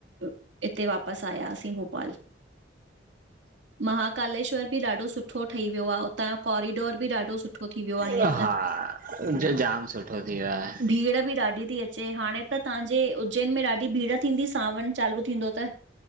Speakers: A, on the right; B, on the right.
A: हिते वापसि आयासीं भोपाल। महाकालेश्वर बि ॾाढो सुठो ठही वियो आ, उतां जो कारीडोर बि ॾाढो सुठो थी वियो आ हीअंर
B: हा
A: त,
B: जो जाम सुठो थी वियो आहे
A: भीड़ बि ॾाढी थी अचे चे हाणे त तव्हांजे उज्जैन में ॾाढी भीड़ थींदी सावण चालू थींदो त।